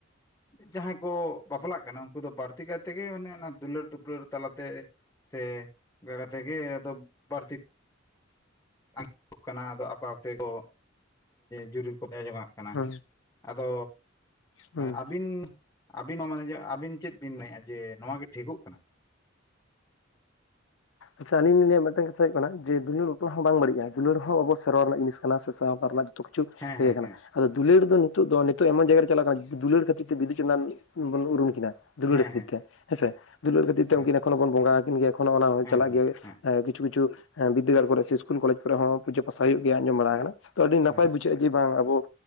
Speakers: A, on the left; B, on the left.
A: ᱡᱟᱦᱟᱸᱭ ᱠᱚ ᱵᱟᱯᱞᱟᱜ ᱠᱟᱱᱟ ᱩᱝᱠᱩ ᱫᱚ ᱵᱟᱹᱲᱛᱤ ᱠᱟᱭᱛᱮᱜᱮ ᱢᱟᱱᱮ ᱚᱱᱟ ᱫᱩᱞᱟᱹᱲ ᱫᱩᱯᱞᱟᱹᱲ ᱛᱟᱞᱟᱛᱮ ᱥᱮ ᱚᱝᱠᱟ ᱠᱟᱛᱮ ᱜᱮ ᱟᱫᱚ ᱵᱟᱹᱲᱛᱤ <inaudible> ᱠᱟᱱᱟ ᱟᱫᱚ ᱟᱠᱚ ᱟᱠᱚ ᱛᱮ ᱠᱚ ᱡᱩᱨᱤ ᱠᱚ ᱯᱮ ᱡᱚᱝᱼᱟᱜ ᱠᱟᱱᱟ
B: ᱦᱩᱸ
A: ᱦᱮᱸ᱾
B: ᱦᱩᱸ ᱦᱩᱸ
A: ᱟᱫᱚ
B: ᱦᱩᱸ
A: ᱟᱹᱵᱤᱱ ᱟᱵᱤᱱ ᱦᱚᱸ ᱢᱟᱱᱮ ᱡᱮ ᱟᱵᱤᱱ ᱪᱮᱫ ᱵᱤᱱ ᱢᱮᱱᱮᱫᱼᱟ ᱡᱮ ᱱᱚᱣᱟ ᱜᱮ ᱴᱷᱤᱠᱚᱜ ᱠᱟᱱᱟ?
B: ᱟᱪᱷᱟᱞᱤᱧᱟᱹᱭᱟ ᱢᱤᱫᱴᱟᱝ ᱠᱟᱛᱷᱟ ᱦᱳᱭᱳᱜ ᱠᱟᱱᱟ ᱡᱮ ᱫᱩᱞᱟᱹᱲ ᱵᱟᱯᱞᱟ ᱦᱚᱸ ᱵᱟᱝ ᱵᱟᱹᱲᱤᱡᱼᱟ᱾ ᱫᱩᱞᱟᱹᱲ ᱦᱚᱸ ᱟᱵᱚ ᱥᱮᱨᱣᱟ ᱨᱮᱱᱟᱜ ᱡᱤᱱᱤᱥ ᱠᱟᱱᱟ ᱥᱮ ᱥᱟᱶᱨ ᱨᱮᱱᱟᱜ ᱡᱚᱛᱚ ᱠᱤᱪᱷᱩ
A: ᱦᱮᱸ ᱦᱮᱸ
B: ᱤᱭᱟᱹ ᱠᱟᱱᱟ᱾
A: ᱦᱮᱸ
B: ᱟᱫᱚ ᱫᱩᱞᱟᱹᱲ ᱫᱚ ᱱᱤᱛᱚᱜ ᱫᱚ ᱱᱤᱛᱚᱜ ᱮᱢᱚᱱ ᱡᱟᱭᱜᱟ ᱨᱮ ᱪᱟᱞᱟᱜ ᱠᱟᱱᱟ ᱫᱩᱞᱟᱹᱲ ᱠᱷᱟᱹᱛᱤᱨ ᱛᱮ ᱵᱤᱫᱩ-ᱪᱟᱸᱫᱟᱱ ᱵᱚᱱ ᱩᱨᱩᱢ ᱠᱤᱱᱟ ᱫᱩᱞᱟᱹᱲ
A: ᱦᱮᱸ
B: ᱠᱷᱟᱹᱛᱤᱨ
A: ᱦᱮᱸ
B: ᱛᱮ ᱦᱮᱸᱥᱮ, ᱫᱩᱞᱟᱹᱲ ᱠᱷᱟᱹᱛᱤᱨ ᱛᱮ
A: ᱦᱮᱸ
B: ᱩᱱᱠᱤᱱ ᱮᱠᱷᱚᱱᱳ ᱵᱚᱱ ᱵᱚᱸᱜᱟ ᱠᱤᱱ ᱜᱮᱭᱟ ᱮᱠᱷᱚᱱᱳ ᱚᱱᱟ
A: ᱦᱮᱸ ᱦᱮᱸ
B: <unintelligible> ᱟ
A: ᱦᱮᱸ
B: ᱠᱤᱪᱷᱩ-ᱠᱤᱪᱷᱩ ᱵᱤᱫᱽᱫᱟᱹᱜᱟᱲ ᱠᱚᱨᱮ ᱥᱮ ᱤᱥᱠᱩᱞ ᱠᱚᱞᱮᱡᱽ ᱠᱚᱨᱮ ᱦᱚᱸ ᱯᱩᱡᱟᱹ ᱯᱟᱥᱟ ᱦᱳᱭᱳᱜ ᱜᱮᱭᱟ ᱟᱸᱡᱚᱢ ᱵᱟᱲᱟ ᱠᱟᱱᱟ᱾ ᱛᱚ ᱟᱹᱰᱤ ᱱᱟᱯᱟᱭ
A: ᱦᱮᱸ
B: ᱵᱩᱡᱷᱟᱹᱜᱼᱟ ᱡᱮ ᱵᱟᱝ ᱟᱵᱚ